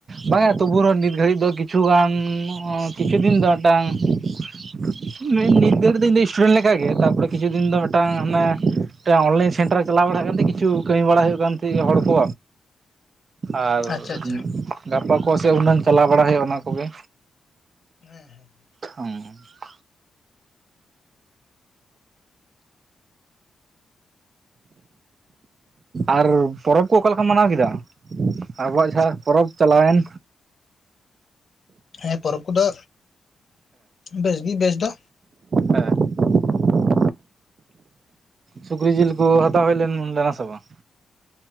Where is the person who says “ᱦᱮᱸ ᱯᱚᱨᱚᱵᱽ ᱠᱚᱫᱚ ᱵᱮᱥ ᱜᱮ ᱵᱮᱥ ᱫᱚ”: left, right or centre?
Left